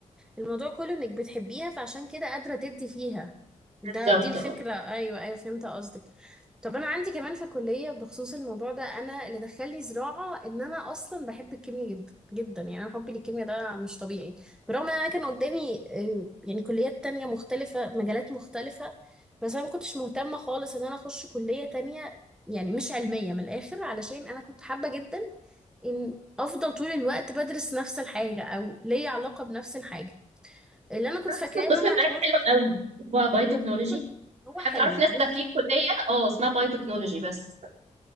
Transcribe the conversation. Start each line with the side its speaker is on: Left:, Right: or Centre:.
Centre: الموضوع كله انك بتحبيها فعشان كده قادره تدي فيها ده
Right: بالظبط
Centre: دي الفكره
Right: اه
Centre: ايوه ايوه فهمت قصدك طب انا عندي كمان في الكليه بخصوص الموضوع ده انا اللي دخلني زراعه ان انا اصلا بحب الكيمياء جدا جدا يعني انا حبي للكيمياء ده مش طبيعي برغم ان انا كان قدامي آه، يعني كليات تانية مختلفه مجالات مختلفه بس انا ما كنتش مهتمه خالص ان انا اخش كليه تانية يعني مش علميه من الاخر علشان انا كنت حابه جدا ان افضل طول الوقت بدرس نفس الحاجه او ليا علاقه بنفس الحاجه اللي انا كنت
Right: أنا
Centre: فاكراه
Right: حاسة إن القسم
Centre: ان انا
Right: بتاعي
Centre: هخش
Right: حلو قوي هو باي تكنولوجي
Centre: هو هو
Right: حتى
Centre: حلو
Right: اعرف ناس
Centre: بصي
Right: داخلين كليه اه اسمها باي تكنولوجي بس